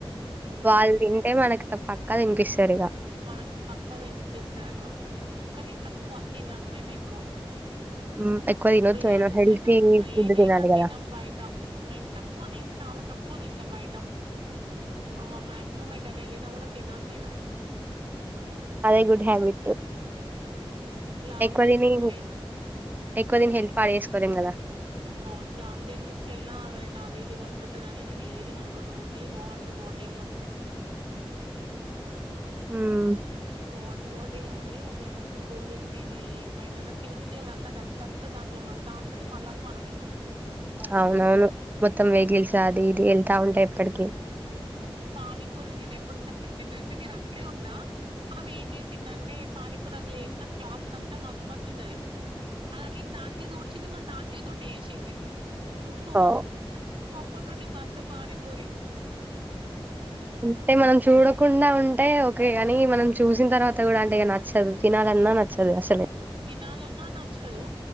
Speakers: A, on the right; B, on the right.
A: హ్మ్
B: వాళ్ళ తింటే మనకు పక్కా తినిపిస్తారిక
A: మనకు పక్కా తినిపిస్తారు కానీ తక్కువ తినను నేను ఎక్కువ
B: హ్మ్ ఎక్కువ తినొద్దు
A: బిర్యానీస్
B: అయినా హెల్తీ
A: అయినా
B: ఫుడ్
A: ఏదైనా
B: తినాలి
A: తినం
B: కదా.
A: బయట మేము తక్కువ తి చాలా తక్కువ తింటాం బయట ఆ మాక్సిమం ఎటైనా ఎల్లినా కూడా తినను నేను
B: అదే గుడ్ హ్యాబిట్
A: లాంగ్
B: ఎక్కువ
A: జర్నీస్కె
B: తిని ఎక్కువ
A: హ్మ్
B: తిని హెల్త్ పాడు చేసుకోలేం కదా
A: అవును లాంగ్ జర్నీస్కెల్నా వేరైనా ఈజీగ్ ఉన్ కుంటున్నామే నేను ఏది కొనుకోను ఓన్లీ వాటర్ బాటిల్ అంతే
B: మ్
A: వాటర్ బాటిల్ అవే అదేంటంటే కూల్ డ్రింక్స్ ఏమి ఏమైనా నాక్ తిన్బుద్ ఇంతే గదా డస్ట్ అంతా దాంట్లో పడతా ఉంటది మళ్ళ అది మనం తింటాం.
B: అవునవును మొత్తం వెహికిల్స్ అది ఇది వెళ్తా ఉంటాయి ఎప్పటికి
A: పానీపూరి నేను ఎప్పుడు బంద్ చేసింది అంటే నేను అక్కడే ఉన్నా ఆమె ఏం చేసిందంటే పానీపూరి అని లేసా క్లాత్ అంతా మసి మస్ ఉన్నది. అది అట్లన్ దానికే తుడ్చింది మళ్ళ ఆ చేయ్ తోటే ఎసింది <unintelligible>
B: ఓ
A: అప్పడ్ నుండి బంద్ పానీపూరి
B: అంటే మనం చూడకుండా ఉంటే ఓకే కాని మనం చూసిన తర్వాత కూడా అంటే ఇక నచ్చదు తినాలన్నా నచ్చదు. అసలే
A: తినాలన్నా నచ్చదు.